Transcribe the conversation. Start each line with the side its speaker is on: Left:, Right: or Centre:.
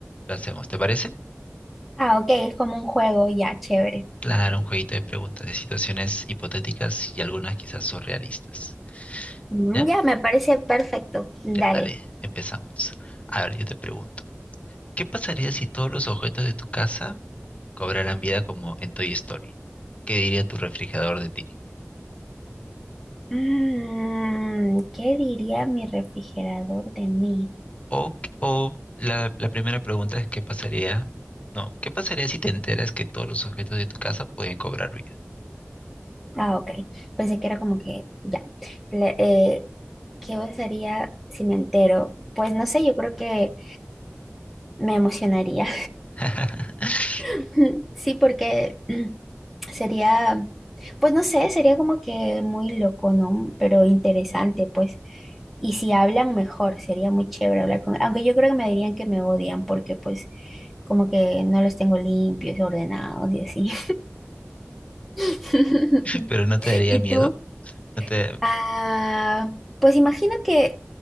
Left: lo hacemos, ¿te parece?
Centre: Ah, ok, es como un juego, ya, chévere.
Left: Claro, un jueguito de preguntas de situaciones hipotéticas y algunas quizás surrealistas.
Centre: Mm,
Left: ¿Ya?
Centre: ya, me parece perfecto. Dale.
Left: Ya, dale, empezamos. A ver, yo te pregunto, ¿qué pasaría si todos los objetos de tu casa cobrarán vida como en Toy Story. ¿Qué diría tu refrigerador de ti?
Centre: Mm, ¿qué diría mi refrigerador de mí?
Left: O, o la, la primera pregunta es, ¿qué pasaría? No, ¿qué pasaría si te enteras que todos los objetos de tu casa pueden cobrar vida?
Centre: Ah, ok. Pensé que era como que, ya. Le- eh, ¿qué pasaría si me entero? Pues no sé, yo creo que me emocionaría.
Left: <laughs>
Centre: <laughs> Sí, porque mm, sería, pues no sé, sería como que muy loco, ¿no? Pero interesante, pues. Y si hablan mejor, sería muy chévere hablar con... Aunque yo creo que me dirían que me odian porque pues como que no los tengo limpios, ordenados y así. <laughs>
Left: Pero no te daría
Centre: ¿Y
Left: miedo,
Centre: tú?
Left: no te,
Centre: Ah, pues imagino que